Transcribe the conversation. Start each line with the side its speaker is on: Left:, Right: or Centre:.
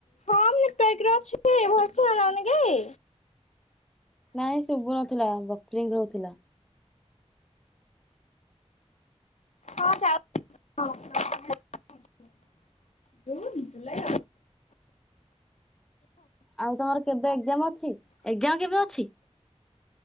Left: ହଁ ନେଟୱାର୍କ ରେ ଅଛି ଭଏସ ଶୁଣା ଯାଉନି କି?
Centre: ନାଇଁ ଶୁଭୁ ନଥିଲା ବଟ୍ରିଙ୍ଗ ରହୁଥିଲା।
Left: ହଁ ଚାଉ <unintelligible> ଜୁନ୍ ଜୁଲାଇର
Centre: ଆଉ ତମର କେବେ ଏଯାମ୍ ଅଛି ଏଯାମ କେବେ ଅଛି?